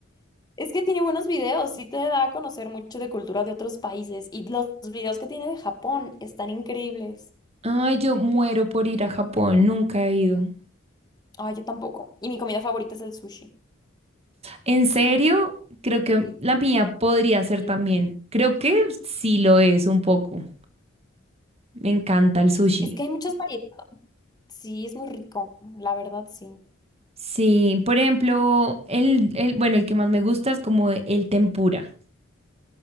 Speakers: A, on the left; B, on the right.
A: Es que tiene buenos videos, sí te da a conocer mucho de cultura de otros países. Y los videos que tiene de Japón están increíbles.
B: Ay, yo muero por ir a Japón, nunca he ido.
A: Ay, yo tampoco. Y mi comida favorita es el sushi.
B: En serio, creo que
A: Sí.
B: la mía podría ser
A: Sí.
B: también. Creo que sí lo es un poco. Me encanta el sushi.
A: Es que hay muchas variedades. Sí, es muy rico, la verdad, sí.
B: Sí, por ejemplo, el, el, bueno, el que más me gusta es como el tempura.